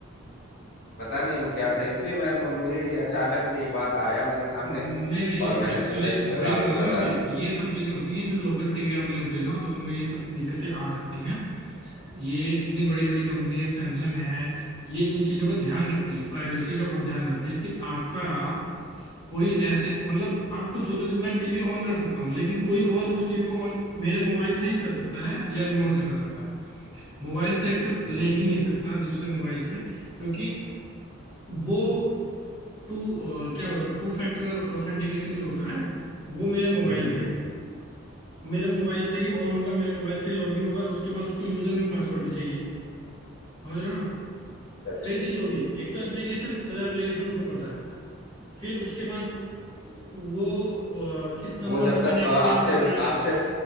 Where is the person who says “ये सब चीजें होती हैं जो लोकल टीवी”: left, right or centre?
Left